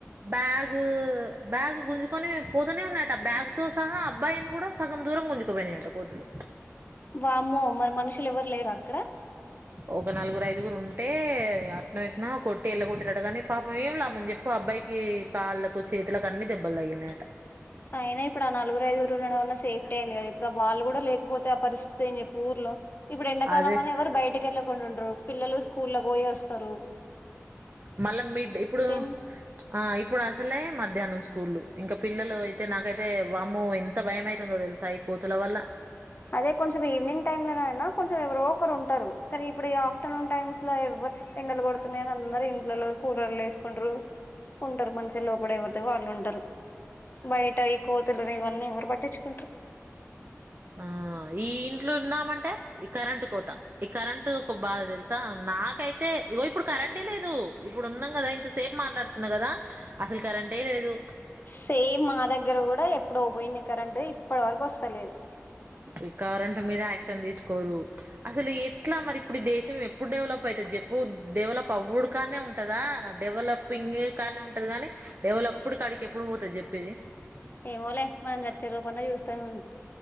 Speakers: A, on the right (about 40°); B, on the left (about 40°).
A: బ్యాగ్ బ్యాగ్ గుంజు పోనే పోతానే ఉన్నాట బ్యాగ్ తోస్ సహా అబ్బాయిని కూడా సగం దూరం గుంజుకుపోయిని అట కోతులు
B: వామ్మో మరి మనుషులెవరు లేరా అక్కడ
A: ఒక నలుగురు ఐదుగురు ఉంటే అట్నో ఇట్నో కొ ట్టేళ కొట్టిరాట కాని పాపం ఏం లాభం చెప్పు అబ్బాయికి కాళ్ళకు చేతులకు అన్నీ దెబ్బల్ తగిలినాయట
B: అయినా ఇప్పుడు ఆ నలుగురు ఐదుగురు ఉన్నడంవన్న సేఫ్టీ అయింది కదా ఇప్పుడు వాళ్ళు కూడా లేకపోతే ఆ పరిస్థితి ఏం చెప్పు ఊర్లో ఇప్పుడు ఎండాకాలం
A: అదే
B: అని ఎవరు బయటకి ఎళ్ళకుండుండ్రు పిల్లలు స్కూలగ్ బోయోస్తరు.
A: మళ్ళా మిడ్ ఇప్పుడు
B: ఏంది
A: ఆ ఇప్పుడు అసలే మధ్యాహ్నం స్కూల్లు ఇంకా పిల్లలు అయితే నాకైతే వామ్మో ఎంత భయమైతుందో తెలుసా ఈ కోతుల వల్ల
B: అదే కొంచెం ఈవినింగ్ టైమ్ లో నైనా కొంచెం ఎవరో ఒకరు ఉంటరు కనీ ఇప్పుడు ఈ ఆఫ్టర్నూన్ టైమ్స్ లో ఎవ్వరు ఎండలు కొడుతున్నాయని అందరు ఇంట్లో కూలర్లేసుకుంటరు. ఉంటరు మనుషిల్లో లోపడ ఎవ తే వాళ్ళుంటరు బయట ఈ కోతులని ఇవన్నీ ఎవరు పట్టించుకుంట్రు.
A: ఆ ఈ ఇంట్లో ఉన్నామన్ టె ఈ కరెంటు కోత కరెంట్ ఒక బాగా తెలుసు త నాకైతే ఈగో ఇప్పుడు కరెంటే లేదు ఇప్పుడు ఉన్నాం కదా ఇంత సేపు మాట్లాడుతున్నా కదా అసలు కరెంటే లేదు
B: సేమ్ మా దగ్గర కూడా ఎప్పుడో పోయింది కరెంటు ఇప్పటి వరకొస్తలేద్
A: ఈ కరెంటు మీద యాక్షన్ తీసుకోరు అసలు ఎట్లా మరి ఇప్పుడు ఈ దేశం ఎప్పుడు డెవలప్ అయితది చెప్పు డెవలప్ అవ్వడు కానే ఉంటదా డెవలప్ పింగ్ కాన్నే ఉంటది కాని డెవలప్డ్ కాడికి ఎప్పుడు పోతది చెప్పు <unintelligible>
B: ఏమోలే మనం జచ్చే లోపు అన్న చూస్తాము